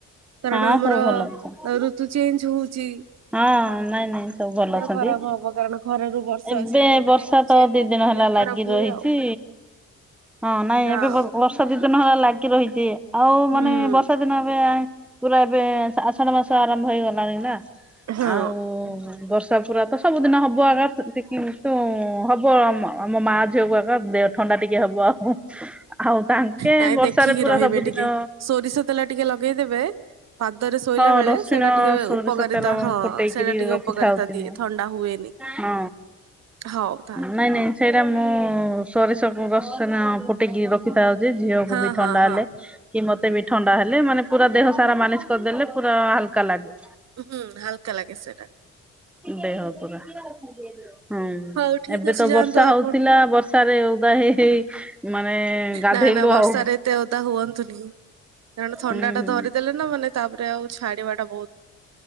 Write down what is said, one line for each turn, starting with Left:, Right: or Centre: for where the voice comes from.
Right: କାରଣ
Centre: ହଁ
Right: ଆମର
Centre: ସବୁ ଭଲ ଅଛନ୍ତି
Right: ଋତୁ ଚେଞ୍ଜ ହୋଉଛି।
Centre: ହଁ ନାଇଁ ନାଇଁ ସବୁ ଭଲ ଅଛନ୍ତି
Right: ଖରାପ ହବ କାରଣ ଖରାରୁ ବର୍ଷା
Centre: ଏବେ
Right: ସେ ମାନେ
Centre: ବର୍ଷା
Right: ଏମିତି ଚେଞ୍ଜ
Centre: ତ ଦିନେ
Right: ହେଲେ
Centre: <unintelligible> ହେଲା
Right: ଦେହ ଖରାପ
Centre: ଲାଗି
Right: ହୁଏ
Centre: ରହିଛି
Right: ଆଉ।
Centre: ହଁ ନାଇଁ
Right: ଯା
Centre: ଏବେ
Right: ହଉ
Centre: ବର୍ଷା ଦି ଦିନ ହେଲା ଲାଗି ରହିଛି ଆଉ
Right: ହୁଁ
Centre: ମାନେ ବର୍ଷା ଦିନ ଏବେ ପୁରା ଏବେ ଆଷାଢ ମାସ ଆରମ୍ଭ ହେଇଗଲାଣି ନା
Right: ହଁ।
Centre: ଆଉ ବର୍ଷ <unintelligible> ପୁରା ତ ସବୁଦିନ ହବ ଆଗ କିନ୍ତୁ ହବ ଆମ ମା ଝିଅକୁ ଆଗ ଦେହ ଥଣ୍ଡା <unintelligible> ଟିକେ ହବ। ଆଉ ତାଙ୍କେ
Right: ନାଇଁ
Centre: ବର୍ଷାରେ
Right: ଦେଖିକି
Centre: ପୁରା
Right: ରହିବେ
Centre: ସବୁଦିନ।
Right: ଟିକେ ସୋରିଷ ତେଲ ଟିକେ ଲଗେଇଦେବେ। ପାଦରେ ଶୋଇଲା
Centre: ହଁ
Right: ବେଳେ
Centre: ରସୁଣ
Right: ସେଇଟା ଟିକେ
Centre: ସୋରିଷ
Right: ଉପକାରିତା
Centre: ତେଲ
Right: ହଁ
Centre: ଫୁଟେଇକରି
Right: ସେଇଟା ଟିକେ
Centre: ରଖିଥାଉ
Right: ଉପକାରିତା
Centre: କିନି
Right: ଦିଏ ଥଣ୍ଡା ହୁଏନି।
Centre: ହ
Right: ହଉ ତାହେଲେ
Centre: ନାଇଁ ନାଇଁ ସେଇରା ମୁଁ ସୋରିଷକୁ ରସ ଫୁଟେଇକି ରଖି ଖାଉଛେ ଝିଅକୁ
Right: ହଁ
Centre: ବି
Right: ହଁ
Centre: ଥଣ୍ଡା
Right: ହଁ
Centre: ହେଲେ କି ମତେ ବି ଥଣ୍ଡା ହେଲେ ହେଲେ ମାନେ ପୁରା ଦେହ ସାରା ମାଲିସ କରିଦେଲେ ପୁରା ହାଲକା ଲାଗେ।
Right: ହୁଁ ହାଲକା ଲାଗେ ସେଟା।
Centre: ଦେହ ପରା ହୁଁ
Right: ହଉ ଠିକ
Centre: ଏବେ
Right: ଅଛି
Centre: ତ
Right: ଯାଆନ୍ତୁ
Centre: ବର୍ଷା
Right: ଆପଣ
Centre: ହଉଥିଲା ବର୍ଷାରେ ରେ ଉଦା ହେଇ ହେଇ ମାନେ ଗାଧେଇଲୁ
Right: ନା ନା ବର୍ଷାରେ
Centre: ଆଉ।
Right: ଏତେ ଓଦା ହୁଅନ୍ତୁନି। କାରଣ ଥଣ୍ଡା
Centre: ହୁଁ
Right: ଟା
Centre: ହୁଁ
Right: ଧରିଦେଲେ ନା ମାନେ ତାପରେ ଆଉ ଛାଡିବା ଟା ବହୁତ